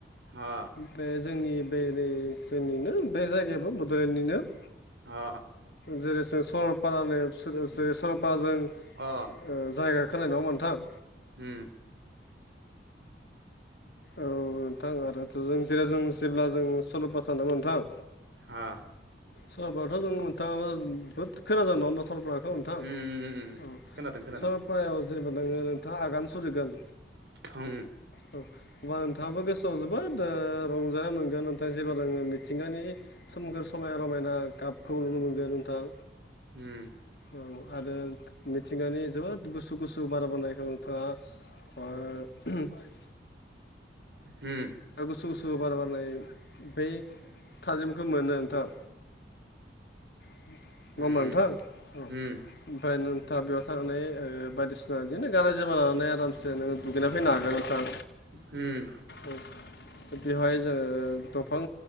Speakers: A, on the right; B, on the left.
A: हा
B: बे जोंनि बेओरै जोंनिनो बे जायगायाबो बड'लेण्डनिनो।
A: अ
B: जेरै जों सरलपारानो फिसोरो जे सरलपाराजों।
A: अ
B: ओ जायगा खोनायो नङा होमबा नोंथां।
A: उम।
B: औ नोंथां आरो जों जेराव जों जेब्ला जों सल'बा सानदोंमोन नोंथां
A: हा।
B: सरपाराथ' जों नोंथाङा बहुद खोनादों नङा होमबा सरल पारा औ नोंथां
A: उम उम उम
B: औ
A: खोनादों खोनादों
B: सरलपारायाव जेनेबा नोङो नोंथाङा आगान सुरैगोन।
A: थां।
B: औ। अब्ला नोंथाङाबो गोसोआव जोबोद रंजानाय मोनगोन नोंथाङा जेबोब्लाङो मिथिंगानि सोमखोर समायाना रमायना गाबखौ नुनो मोनगोन नोंथां।
A: उम
B: औ आरो मिथिंगानि जोबोद गुसु गुसु बारा बोनायखौ नोंथाङा। <inaudible>
A: उम।
B: गुसु गुसु बार बारनाय बे थाजिमखौ मोनो नोंथां <unintelligible> नोंथां
A: उम
B: औ
A: उम
B: ओमफ्राय नोंथा बेयाव थांनानै बायदिसिना बिदिनो गानाय जोमाय लानानै आरामसे नोङो। दुगैना फैनो हागोन नोंथां।
A: उम।
B: औ बेवहाय जोङो दंफां